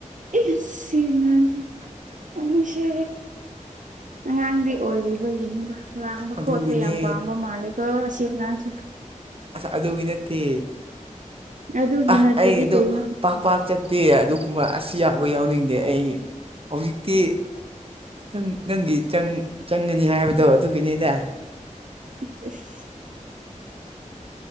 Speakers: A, on the right (about 75°); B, on the right (about 45°).
A: ꯏꯁ ꯁꯤ ꯑꯉꯥꯡꯁꯦ ꯑꯅꯤꯁꯦ ꯑꯉꯥꯡꯗꯤ ꯑꯣꯏꯔꯤꯕꯒꯤꯅꯦꯕꯥ ꯂꯥꯡꯕ
B: ꯑꯗꯨꯒꯤꯅꯦ
A: ꯈꯣꯠꯄ ꯌꯥꯝ ꯄꯥꯝꯕ ꯃꯥꯂꯒ ꯑꯁꯤ ꯑꯉꯥꯡꯁꯦ
B: ꯑꯁ ꯑꯗꯨꯒꯤ ꯅꯠꯇꯦ
A: ꯑꯗꯨꯒꯤ
B: ꯑꯥ
A: ꯅꯠꯇ꯭ꯔꯗꯤ
B: ꯑꯩ ꯑꯗꯨ
A: ꯀꯩꯅꯣ
B: ꯄꯥꯛ ꯄꯥꯛ ꯆꯠ ꯇꯦ ꯑꯗꯨꯒꯨꯝꯕ ꯑꯁꯤ ꯑꯈꯣꯏ ꯌꯥꯎꯅꯤꯡꯗꯦ ꯑꯩ ꯍꯧꯖꯤꯛꯇꯤ ꯅꯪ ꯅꯪꯒꯤ ꯆꯪ ꯆꯪꯒꯅꯤ ꯍꯥꯏꯕꯗꯣ ꯑꯗꯨꯒꯤꯅꯤꯗ
A: ꯏꯁ ꯏꯁ